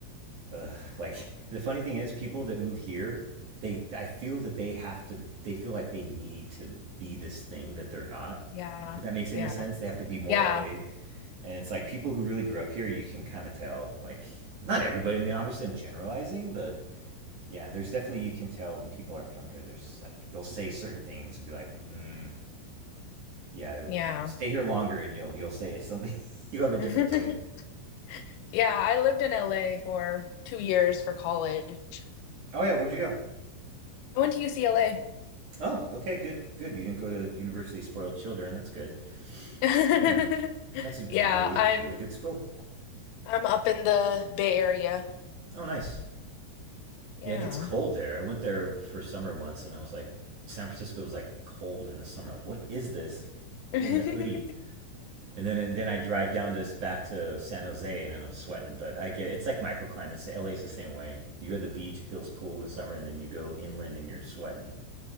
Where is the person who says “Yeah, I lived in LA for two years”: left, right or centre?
Left